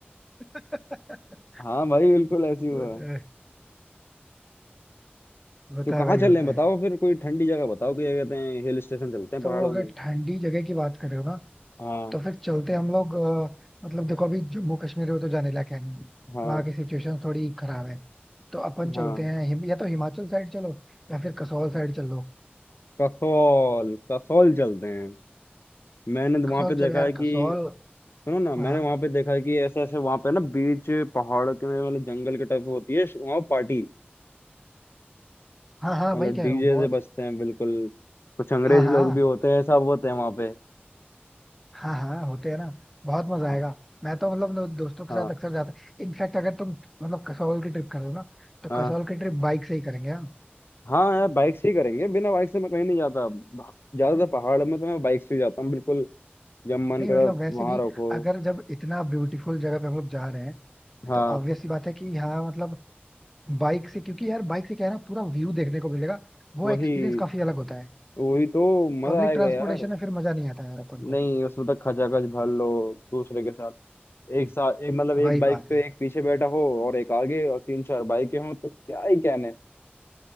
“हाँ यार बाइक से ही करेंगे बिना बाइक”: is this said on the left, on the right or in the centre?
Left